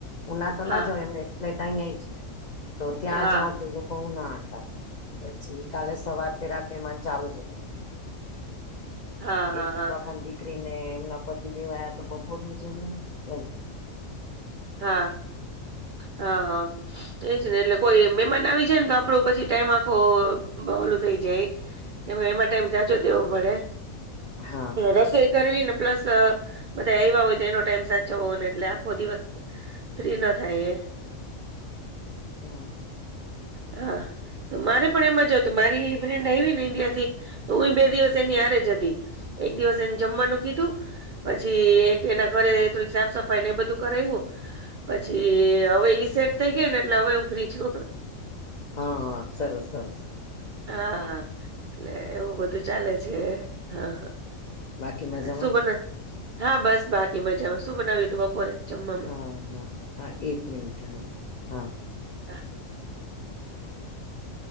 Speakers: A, on the left; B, on the right.
A: ઉના તો
B: હા
A: ના જાવ એમને એક ફ્લેટ અહીંયા છે, તો ત્યાં
B: હા
A: જાાવ તો એ લોકો ઉ ના પછી કાલે સવારથી રાત મેમાન ચાલુ છે.
B: હા હા
A: એક
B: હા
A: બાપાની દીકરી ને એમના પતિ દેવાયા તો બપોરનું જમ એમ
B: હા હા હા એજ ને એટલે કોઈ મે બનાવી છેને, તો આપડો પછી ટાઈમ આખો બલું થઈ જાય. કે હું એમાં ટાઈમ જજો તો એવું પડે
A: હા
B: રસોઈ કરવી ને પ્લસ બધા આવ્યા હોય, તો એનો ટાઈમ સાચવવો એટલે આખો દિવસ ફ્રી ના થાય એ
A: હમ
B: હા મારે પણ એમાં જ તો મારી ફ્રેન્ડ આવી ને ઇન્ડિયા થી તો હું બે દિવસ એનીયાર જ હતી એક દિવસ એને જમવાનું કીધું પછી એક એના ઘરે થોડીક સાફ સફાઈ ને એ બધું કરવું પછી એ હવે ઈ સેટ થઈ ગઈ ને એટલે હવે હું ફ્રી છુ.
A: હા હા સરસ સરસ
B: હા હા એટલે એવું બધું ચાલે છે, હા હ
A: બાકી મજામાં
B: હા, શું બના હા બસ બાકી મજામાં શું બનાવીએ તો બપોરે જમવામાં
A: હા હા હા, એક મિનટ હા હા
B: હા